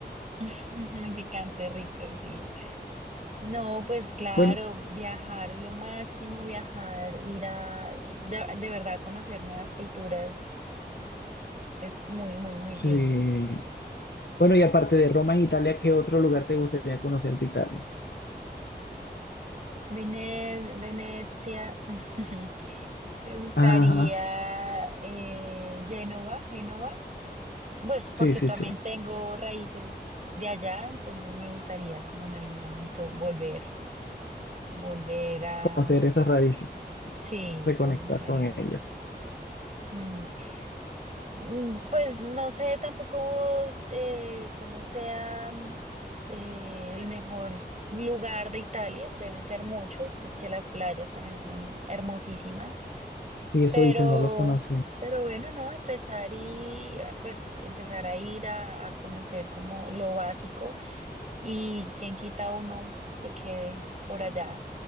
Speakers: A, on the right; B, on the left.
A: <laughs> Picante rico, sí. No, pues claro,
B: Bueno,
A: viajar es lo máximo, viajar, ir a de, de verdad conocer nuevas culturas es muy, muy, muy
B: sí.
A: lindo.
B: Bueno, y aparte de Roma en Italia, ¿qué otro lugar te gustaría conocer de Italia?
A: Vene- Venecia, <laughs> me gustaría
B: Ajá,
A: eh, Génova, Génova. Pues porque
B: sí, sí,
A: también
B: sí.
A: tengo raíces de allá, entonces me gustaría como en algún momento volver, volver a,
B: Conocer esas raíces,
A: sí,
B: reconectar
A: conocerlas.
B: con ellas.
A: Mm, mm, Pues no sé tampoco eh, cómo sea mm, eh, el mejor lugar de Italia, deben ser muchos, es que las playas también son hermosísimas,
B: Y eso
A: pero,
B: dice, no los conocí.
A: pero bueno, no, empezar y eh, pues empezar a ir a, a conocer como lo básico Y quien quita uno se quede por allá